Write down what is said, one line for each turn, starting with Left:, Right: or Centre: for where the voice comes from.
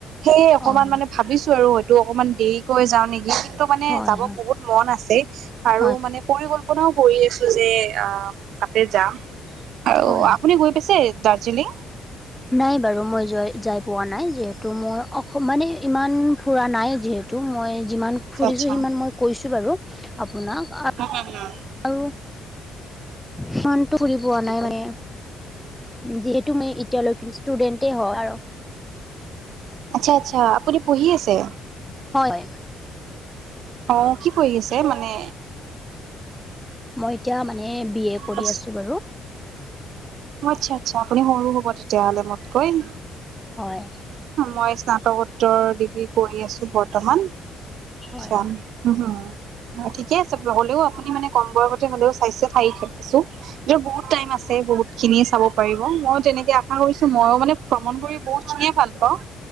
Right: সেয়ে অকনমান
Centre: অঁ
Right: মানে ভাবিছো আৰু হয়তটো অকনমান দেৰিকৈ যাওঁ নেকি কিন্তু মানে
Centre: হয়
Right: যাব
Centre: হয়
Right: বহুত। মন আছে। আৰু
Centre: হয়
Right: মানে পৰিকল্পনাও কৰি আছো যে, আহ তাতে যাম। আৰু
Centre: হয় হয়
Right: আপুনি গৈ পাইছে দাৰ্জিলিং?
Centre: নাই বাৰু মই য- যাই পোৱা নাই যিহেতু মই অ মানে ইমান ফুৰা নাই যিহেতু। মই যিমান
Right: আচ্ছা
Centre: ফুৰিছো
Right: আচ্ছা
Centre: সিমান কৈছো বাৰু আপোনাক -
Right: <unintelligible>
Centre: আৰু সিমানটো ফুৰি পোৱা
Right: ঠিকে
Centre: নাই
Right: ঠিকে।
Centre: মানে। যিহেতু মই এতিয়ালৈকে ষ্টুডেন্টে হয় আৰু।
Right: আচ্ছা আচ্ছা আপুনি পঢ়ি আছে?
Centre: হয়।
Right: অ' কি পঢ়ি আছে মানে?
Centre: মই এতিয়া মানে বি এ কৰি
Right: অ
Centre: আছোঁ বাৰু।
Right: আচ্ছা - আচ্ছা আপুনি সৰু হ'ব তেতিয়াহ'লে মোতকৈ।
Centre: হয়।
Right: মই স্নাতকোত্তৰ ডিগ্ৰী কৰি আছো বৰ্তমান
Centre: হয়
Right: আচ্ছা।
Centre: হয়
Right: হু হয় ঠিকে আছে হ'লেও আপুনি মানে কম বয়সতে হ'লেও চাইছে <unintelligible> এই বহুত টাইম আছে বহুত। খিনিয়ে চাব পাৰিব, মইয়ো তেনেকে আশা কৰিছো
Centre: হয়
Right: মইয়ো মানে ভ্ৰমণ কৰি বহুত খিনিয়ে ভাল পাওঁ।